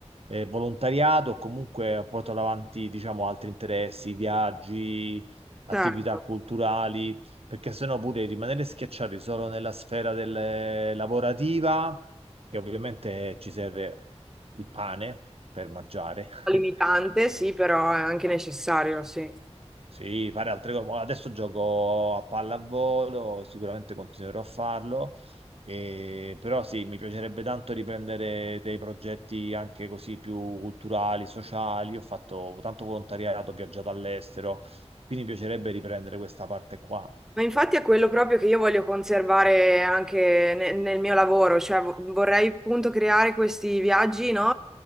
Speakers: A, on the right (about 60°); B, in the centre.
A: Eh, volontariato, comunque porto avanti, diciamo, altri interessi, viaggi, attività
B: certo,
A: culturali, perché sennò pure rimanere schiacciati solo nella sfera del, lavorativa, che ovviamente ci serve il pane per mangiare.
B: limitante
A: <laughs>
B: sì, però è anche necessario, sì.
A: Sì, fare altre cose. Boh, Adesso gioco a pallavolo, sicuramente continuerò a farlo, e- però sì, mi piacerebbe tanto riprendere dei progetti anche così più culturali, sociali. Ho fatto tanto volontariato, ho viaggiato all'estero, quindi mi piacerebbe riprendere questa parte qua.
B: Ma infatti è quello proprio che io voglio conservare anche ne- nel mio lavoro, cioè vo- vorrei appunto creare questi viaggi, no,